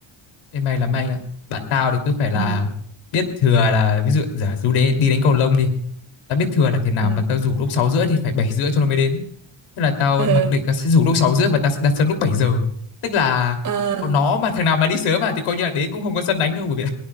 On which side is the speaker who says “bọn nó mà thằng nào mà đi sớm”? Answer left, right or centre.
Left